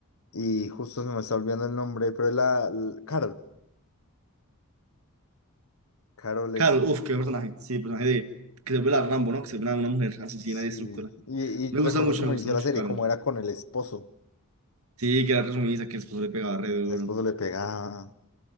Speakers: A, on the left; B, on the right.
A: y justo se me está olvidando el nombre, pero es la, la- Carol. Carol
B: Claro,
A: es,
B: uff, qué personaje. Sí, el personaje de que se vuelve la Rambo, ¿no? Que se vuelve una una mujer asesina
A: sí,
B: y destructora.
A: y,
B: Me
A: y recordar
B: gusta mucho,
A: cómo
B: me gusta
A: inició
B: mucho,
A: la serie,
B: Carol.
A: cómo era con el esposo.
B: Sí, que era resumida, que el esposo le pegaba re duro.
A: El esposo le pegaba,